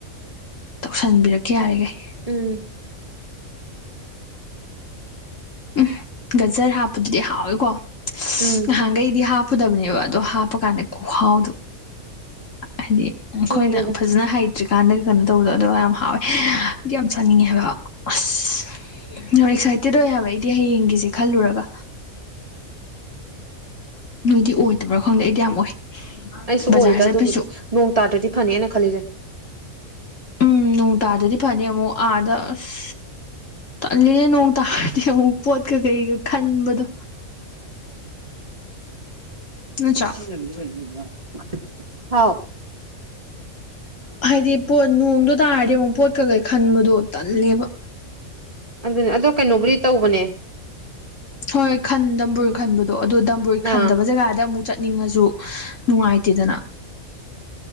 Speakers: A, on the left; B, on the right.
A: ꯇꯧꯁꯟꯕꯤꯔꯛꯀꯦ ꯌꯥꯔꯤꯒꯩ
B: ꯎꯝ
A: ꯎꯝ ꯒꯖꯔ ꯍꯥꯞꯄꯗꯨꯗꯤ ꯍꯥꯎꯋꯤꯀꯣ <unintelligible>
B: ꯎꯝ
A: ꯉꯍꯥꯟꯈꯩꯗꯤ ꯍꯥꯞ ꯄꯨꯗꯕꯅꯦꯕ ꯑꯗꯣ ꯍꯥꯞꯄꯀꯥꯟꯗ ꯈꯨꯨꯍꯥꯎꯗꯣ ꯍꯥꯏꯗꯤ ꯑꯩꯈꯣꯏꯅ
B: ꯈꯪꯗꯦꯗ
A: ꯐꯖꯅ ꯍꯩ ꯇ꯭ꯔꯤꯀꯥꯟꯗꯗꯒꯤ ꯀꯩꯅꯣ ꯇꯧꯕꯗꯣ ꯑꯗꯨꯒ ꯌꯥꯝ ꯍꯥꯎꯋꯦ ꯑꯩꯗꯤ ꯌꯥꯝ ꯆꯥꯅꯤꯡꯉꯦꯕ ꯑꯁ <unintelligible> ꯑꯦꯛꯁꯥꯏꯇꯦꯠ ꯑꯣꯏ ꯍꯥꯏꯕ ꯑꯩꯗꯤ ꯍꯌꯦꯡꯒꯤꯁꯦ ꯈꯜꯂꯨꯔꯒ꯫ ꯅꯣꯏꯗꯤ ꯑꯣꯏꯗꯕ꯭ꯔꯥ ꯈꯪꯗꯦ ꯑꯩꯗꯤ ꯌꯥꯝ ꯑꯣꯏ
B: ꯑꯩꯁꯨ ꯑꯣꯏꯗ
A: ꯕꯖꯥꯔ ꯆꯠꯄꯩꯁꯨ꯫
B: ꯑꯗꯨꯕꯨꯗꯤ ꯅꯣꯡ ꯇꯥꯗ꯭ꯔꯗꯤ ꯐꯅꯦ ꯑꯩꯅ ꯈꯜꯂꯤꯁꯦ꯫
A: ꯎꯝ ꯅꯣꯡ ꯇꯥꯗꯗꯤ ꯐꯅꯤ ꯑꯃꯨꯛ ꯑꯥꯗ ꯑꯁ ꯇꯠꯂꯤꯍꯦ ꯅꯣꯡ ꯇꯥꯔꯗꯤ ꯑꯃꯨꯛ ꯄꯣꯠꯀ ꯀꯩꯒ ꯈꯟꯕꯗꯣ꯫ ꯅꯠꯇ꯭ꯔꯥ
B: <unintelligible> ꯍꯥꯎ
A: ꯍꯥꯏꯗꯤ ꯄꯣꯠ ꯅꯣꯡꯗꯨ ꯇꯥꯔꯗꯤ ꯑꯃꯨꯛ ꯄꯣꯠꯀꯀꯩ ꯈꯟꯕꯗꯣ ꯇꯜꯂꯦꯕ꯫
B: ꯑꯗꯨꯅꯦ ꯑꯗꯣ ꯀꯩꯅꯣꯕꯨꯗꯤ ꯇꯧꯕꯅꯦ꯫
A: ꯍꯣꯏ ꯈꯟ ꯗꯝꯕꯨꯔ ꯈꯟꯕꯗꯣ ꯑꯗꯣ ꯗꯝꯕꯨꯔ
B: ꯑꯥ
A: ꯈꯟꯗꯕ ꯖꯒꯥꯗ ꯑꯃꯨꯛ ꯆꯠꯅꯤꯡꯉꯁꯨ ꯅꯨꯡꯉꯥꯏꯇꯦꯗꯅ꯫